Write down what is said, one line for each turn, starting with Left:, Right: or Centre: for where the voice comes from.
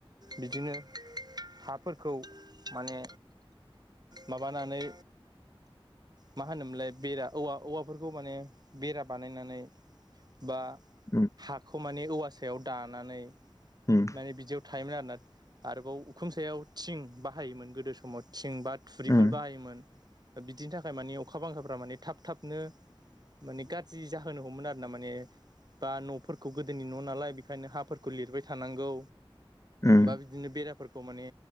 Right: बिदिनो हाफोरखौ माने माबानानै मा होनोमोनलाय बेरा औवा औवाफोरखौ माने बेरा बानायनानै बा
Left: उम
Right: हाखौ माने औवा सायाव दानानै
Left: उम
Right: माने बिदियाव थायोमोन आरोना आरोबाव उखुम सायाव थिं बाहायोमोन गोदो समाव थिं बा थुरिफोर
Left: उम
Right: बाहायोमोन बिदिनि थाखाय मानिे अखा बांखाफ्रा माने थाब थाबनो माने गा जि जाहोनो हमोमोन आरो ना माने बा न'फोरखौ गोदोनि न' नालाय बेखायनो हाफोरखौ लिरबाय थानांगौ
Left: उम
Right: बा बिदिनो बेराफोरखौ माने